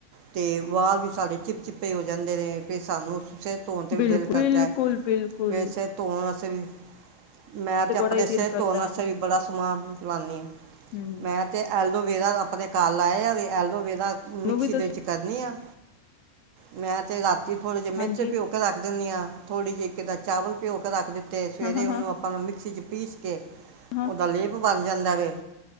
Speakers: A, on the right; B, on the left.
A: ਅਤੇ ਵਾਲ ਵੀ ਸਾਡੇ ਚਿੱਪ ਚਿੱਪੇ ਹੋ ਜਾਂਦੇ ਨੇ ਕਿ ਸਾਨੂੰ ਸਿਰ ਧੋਣ 'ਤੇ ਵੀ
B: ਬਿਲਕੁਲ,
A: ਦਿਲ ਕਰਦੈ
B: ਬਿਲਕੁਲ,
A: ਹੈ
B: ਬਿਲਕੁਲ
A: ਫਿਰ ਸਿਰ ਧੋਣ ਵਸ ਤੇ ਫੀਰ ਮੈਂ ਤੇ
B: ਬੜਾ
A: ਆਪਣੇ
B: ਹੀ
A: ਸਿਹਤ
B: ਦਿਲ ਕਰਦਾ
A: ਧੋਣ ਵਾਸਤੇ
B: ਹੈ
A: ਵੀ ਬੜਾ ਸਮਾਨ ਵੀ ਲਾਉਂਦੇ ਹਾਂ <unintelligible>
B: ਹੂੰ
A: ਮੈਂ ਤੇ ਐਲੌਵ ਵੇਰਾ ਕੱਲ ਆਇ ਆਵੇ ਐਲੋਵੇਰਾ ਮਿਕਸੀ
B: ਮੈਨੂੰ ਵੀ ਦੱਸ
A: ਦੇ ਵਿੱਚ ਕਰਨੀ ਆ ਮੈਂ ਤੇ ਗ ਅਤੇਥੋੜ੍ਹੇ ਜਿਹੇ ਮਿਰਚਿਓ
B: ਹਾਂਜੀ
A: ਕੇ ਰੱਖ ਦਿੰਦੀ ਆਂ ਥੋੜ੍ਹੀ ਜਿਹੀ ਕਿੱਦਾਂ ਚਾਵਲ ਭਿਉਂ ਕੇ ਰੱਖ ਦਿੱਤਾ ਅਤੇ ਸਵੇਰੇ
B: ਹਾਂ, ਹਾਂ,
A: ਉਹਨੂੰ
B: ਹਾਂ,
A: ਆਪਾਂ ਨੂੰ ਮਿਕਸੀ 'ਚ ਪੀਸ ਕੇ
B: ਹਾਂ,
A: ਉਹਦਾ ਲੇਪ ਬਰ ਜਾਂਦਾ ਵੈ,